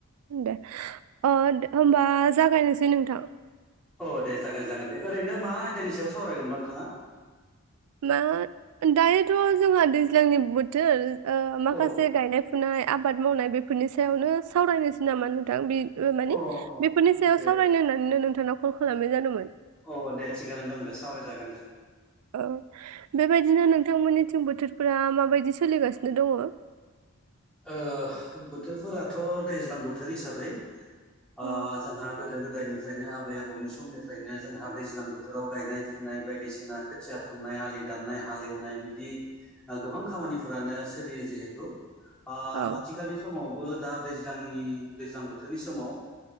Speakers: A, on the right; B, in the centre.
A: दे अ होनबा जागायनोसै नोंथां।
B: अ दे जागाय जागोन दे ओरैनो मा आयदानि सायाव सावरायगोनबा नोंथाङा।
A: मा दायोथ' जोंहा दैज्लांनि बोथोर ओ माखासे
B: औ
A: गायनाय फुनाय आबाद मावनाय बेफोरनि सायावनो सावरायनोसै नामा नोंथां बे ओ माने
B: अ
A: बेफोरनि
B: अ
A: सायाव
B: दे
A: सावरायनो होननानैनो नोंथांनाव कल खालामनाय जादोंमोन।
B: अ दे थिगानो दं दे सावरायजागोन दे।
A: औव बेबायदिनो नोंथांमोननिथिं बोथोरफोरा माबायदि सोलिगासिनो दङ। <unintelligible>
B: ओ बोथोरफोराथ' दैज्लां बोथोर हिसाबै ओ
A: औ
B: जोंहा गोदो गोदायनिफ्रायनो आबै आबौनि समनिफ्रायनो जोंहा दैज्लां बोथोराव गायनाय फुनाय फुनाय बायदिसिना खोथिया फुनाय आलि दाननाय हालेवनाय बिदि गोबां खामानिफ्रानो सोलियो जिहेथु ओ
A: औ
B: आथिखालनि समावबो दा दैज्लांनि दैज्लां बोथोरनि समाव